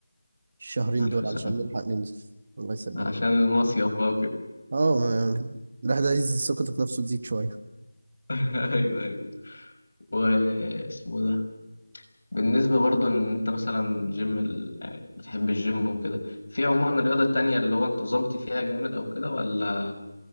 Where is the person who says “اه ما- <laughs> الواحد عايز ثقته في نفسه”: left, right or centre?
Right